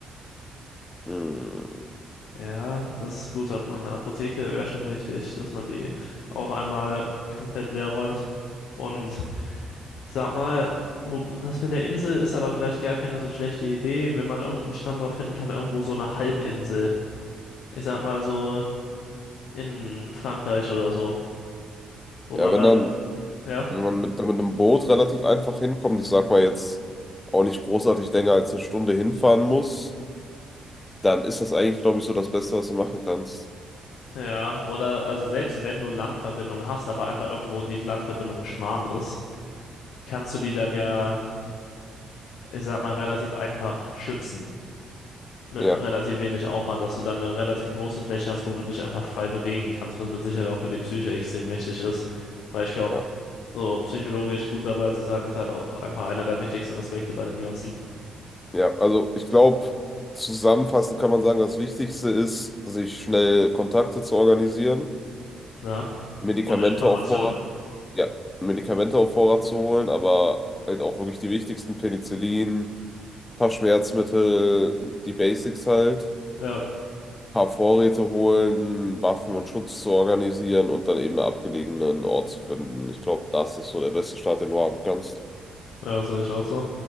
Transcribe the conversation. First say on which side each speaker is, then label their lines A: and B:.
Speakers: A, on the left (about 20°); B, on the left (about 75°).
A: Hm.
B: Ja, das ist ein guter Punkt. Eine Apotheke wäre schon wichtig, dass man die auch einmal komplett leer räumt. Und ich sag mal, wo, das mit der Insel ist aber vielleicht gar keine so schlechte Idee, wenn man irgendeinen Standort finden kann, irgendwo so eine Halbinsel. Ich sag mal so in Frankreich oder so, wo
A: Ja,
B: man
A: wenn
B: dann,
A: dann.
B: ja,
A: wenn man mit, mit einem Boot relativ einfach hinkommt, ich sag mal jetzt auch nicht großartig länger als eine Stunde hinfahren muss, dann ist das eigentlich, glaube ich, so das Beste, was du machen kannst.
B: ja, oder also selbst wenn du Landverbindungen hast, aber einfach irgendwo die Landverbindung schmal ist, kannst du die dann ja, ich sag mal, relativ einfach schützen. mit
A: Ja,
B: relativ wenig Aufwand, dass du dann eine relativ große Fläche hast, wo du dich einfach frei bewegen kannst, was mit Sicherheit auch für die Psyche extrem wichtig ist. Weil ich glaube,
A: ja,
B: so psychologisch gut dabei zu sein, ist halt auch einfach einer der wichtigsten Aspekte bei dem Ganzen.
A: ja. Also ich glaube, zusammenfassend kann man sagen, das Wichtigste ist, sich schnell Kontakte zu organisieren,
B: Ja.
A: Medikamente
B: Und Information.
A: auf Vorrat, ja, Medikamente auf Vorrat zu holen, aber halt auch wirklich die wichtigsten, Penicillin, ein paar Schmerzmittel, die Basics halt.
B: Ja,
A: paar Vorräte holen, Waffen und Schutz zu organisieren und dann eben einen abgelegenen Ort zu finden. Ich glaube, das ist so der beste Start, den du haben kannst.
B: ja, das sehe ich auch so.